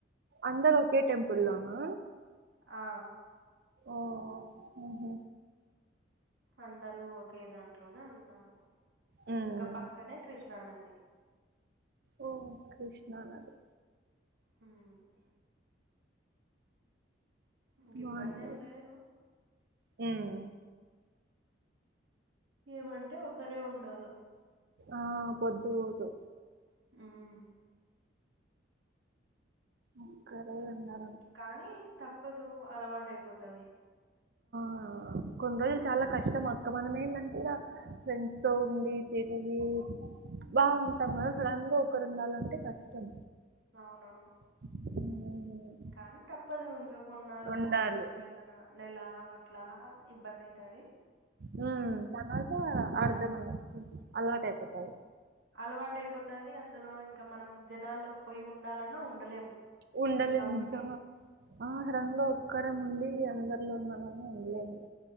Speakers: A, on the right; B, on the right.
A: అందరు ఒకే టెంపుల్ లోనా
B: ఆ
A: ఓహ్! హుహు.
B: అందరూ ఒకే దాంట్లోనే ఉన్నారు
A: ఉమ్,
B: ఇంకా పక్కనే కృష్ణానది
A: ఓ కృష్ణనది
B: హ్మ్ ఇంక
A: బాగుంటది
B: ఇబ్బంది ఏం లేదు
A: హ్మ్ హు
B: ఏమంటే ఒకరే ఉండాల
A: ఆ పొద్దు ఓదు
B: <inaudible>
A: ఒక్కరే నా
B: కానీ తప్పదు అలవాటయిపోతాది
A: ఆ కొన్ని రోజుల్ చాలా కష్టం అక్క మనం ఎందంట్ ఫ్రెండ్స్ తొ ఉండి తిరిగి బాగుంటాం కద సడన్ గా ఒకరున్డాలంటే కష్టం
B: అవును
A: <inaudible>
B: కానీ తప్పదు ఇంకా కొన్నాళ్ళు
A: ఉండాలి
B: ఒక నెల నెల అట్లా ఇబ్బందయితాది
A: హ్మ్ తర్వాత
B: మన
A: అర్ధమైయితీ అలవాటయిపోతది
B: అలవాటయిపోతది అందులో ఇంకా మనం జనాల్లోకి పోయి ఉండాలన్నా ఉండలేం
A: ఉండాలేం
B: ఇట్లా
A: నిజం
B: ఉండి
A: ఆ సడన్ గా ఒక్కరమ్ ఉండి అందరిలో వుండాలన్న ఉండలేము